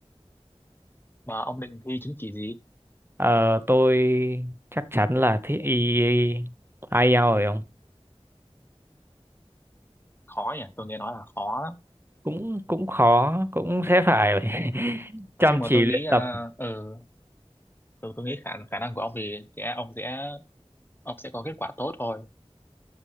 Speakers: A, on the left; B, on the right.
A: Mà ông định thi chứng chỉ gì?
B: Ờ, tôi chắc chắn là thi IELTS rồi không?
A: khó nhỉ tôi nghe nói là khó lắm
B: cũng cũng khó cũng sẽ phải <laughs> chăm
A: nhưng mà
B: chỉ
A: tôi nghĩ
B: luyện
A: ờ,
B: tập
A: ừ, tôi, tôi nghĩ khả khả năng của ông thì sẽ ông sẽ ông sẽ có kết quả tốt thôi